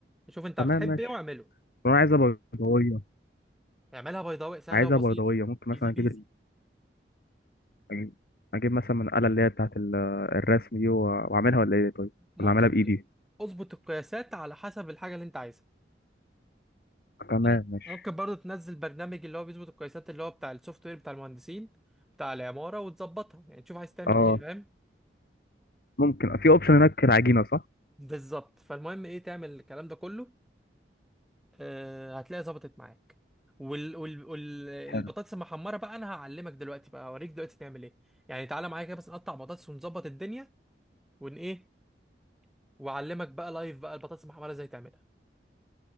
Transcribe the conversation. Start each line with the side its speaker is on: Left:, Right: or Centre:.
Centre: شوف انت
Left: تمام
Centre: بتحب
Left: ماشي
Centre: ايه واعمله
Left: طب انا عايزة بيضاوية
Centre: اعملها بيضاوي سهله
Left: عايزة
Centre: وبسيطه
Left: بيضاوية ممكن مثلا
Centre: ايزي
Left: اجيب
Centre: بيزي
Left: ال- اجيب مثلا من الآلة اللي هي بتاعت ال- الرسم دي و- واعملها ولا ايه طيب
Centre: ممكن
Left: ولا اعملها بايدي
Centre: ت- اظبط القياسات على حسب الحاجه اللي انت عايزها
Left: تمام
Centre: مم-
Left: ماشي
Centre: ممكن برضو تنزل برنامج اللي هو بيظبط القياسات اللي هو بتاع السوفت وير بتاع المهندسين بتاع العماره وتظبطها يعني تشوف عايز تعمل
Left: اه
Centre: ايه فاهم
Left: ممكن في اوبشن هناك العجينة صح
Centre: بالظبط فالمهم ايه تعمل الكلام ده كله آه هتلاقي ظبطت معاك وال... وال... وال... البطاطس
Left: حلو
Centre: المحمره بقى انا هعلمك دلوقتي بقى اوريك دلوقتي تعمل ايه يعني تعالى معايا كده بس نقطع بطاطس ونظبط الدنيا ون ايه واعلمك بقى لايف بقى البطاطس المحمره ازاي تعملها